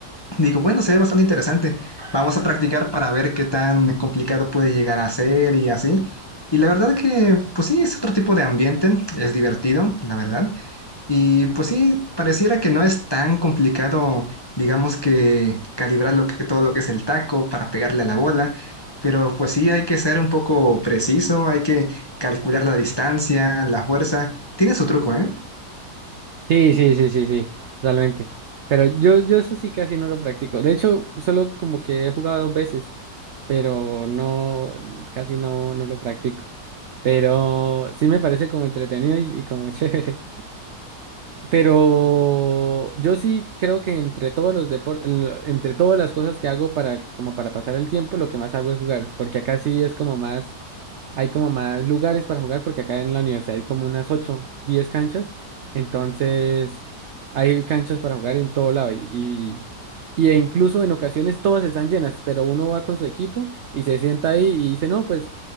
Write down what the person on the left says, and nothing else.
Digo, bueno, se ve bastante interesante. Vamos a practicar para ver qué tan complicado puede llegar a ser y así. Y la verdad que, pues sí, es otro tipo de ambiente, es divertido, la verdad. Y pues sí, pareciera que no es tan complicado, digamos que calibrar lo que, todo lo que es el taco para pegarle a la bola, pero pues sí hay que ser un poco preciso, hay que calcular la distancia, la fuerza. Tiene su truco, ¿eh?